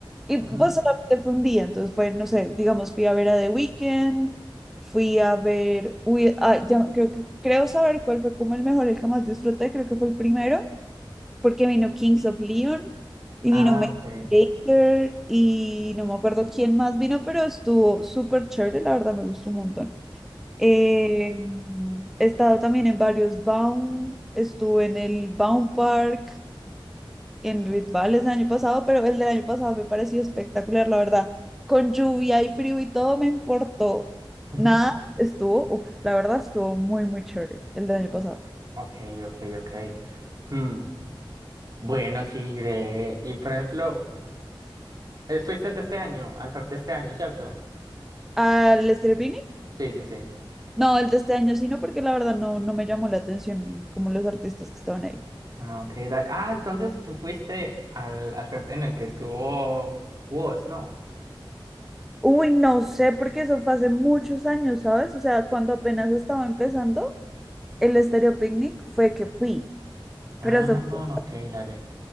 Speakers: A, in the centre; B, on the right.
A: Y pues
B: Ujú.
A: solamente fue un día, entonces fue, no sé, digamos, fui a ver a The Weeknd, fui a ver, uy, ah, ya, creo que, creo saber cuál fue como el mejor, el que más disfruté, creo que fue el primero, porque vino Kings of Leon y
B: Ah,
A: vino Major
B: ok.
A: Lazer y no me acuerdo quién más vino, pero estuvo súper chévere, la verdad me gustó un montón. Eh, he estado también en varios Baum, estuve en el Baum Park, en Red el año pasado, pero el del año pasado me pareció espectacular, la verdad. Con lluvia y frío y todo me importó.
B: Ok,
A: Nada,
B: <laughs>
A: estuvo, uf, la verdad estuvo muy, muy chévere el del año pasado.
B: ok, ok. ok. Hmm, Bueno, sí, Gre. Y por ejemplo, Eh, Fuiste el de este año, al FEP de este año, ¿cierto?
A: ¿Al estéreo Picnic?
B: Sí, sí, sí.
A: No, el de este año sí, no, porque la verdad no, no me llamó la atención como los artistas que estaban ahí.
B: Ah, ok. da- Ah, entonces tú fuiste al, al FEP en el que estuvo vos, ¿no?
A: Uy, no sé, porque eso fue hace muchos años, ¿sabes? O sea, cuando apenas estaba empezando, el estéreo Picnic fue que fui,
B: Ah,
A: pero eso fue...
B: ok, dale.